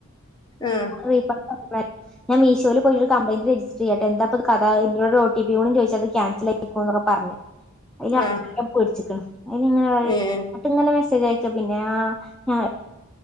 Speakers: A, on the left; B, in the centre.
A: ആഹ്
B: റീഫ ഞാൻ മീഷോയിൽ പോയിട്ട്രു കംപ്ലയിന്റ് രജിസ്റ്റർ ചെയ്യട്ടെ എന്താ കഥ ഇ ഒടിപും ചോച്ച അത് ക്യാൻസൽയിക്കോ എന്നൊക്കെ പറഞ്ഞഞ് അതി
A: ആഹ്
B: പേടിച്ചിക്കണം അങ്ങനെ ഇങ്ങെ
A: ഏഹ്
B: ക്ക പിന്നെ ആ